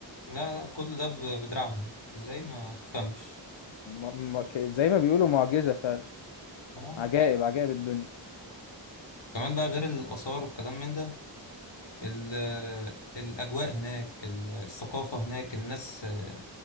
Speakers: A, on the left; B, on the left.
A: لا لا كل ده ب- بدراعهم ازاي ما تفهمش
B: يعني م- م- ك- زي ما بيقولوا معجزة فعلا
A: اه
B: عجائب عجائب الدنيا
A: كمان بقى غير الآثار والكلام من ده ال- الأجواء هناك ال- الثقافة هناك الناس <laughs> آه،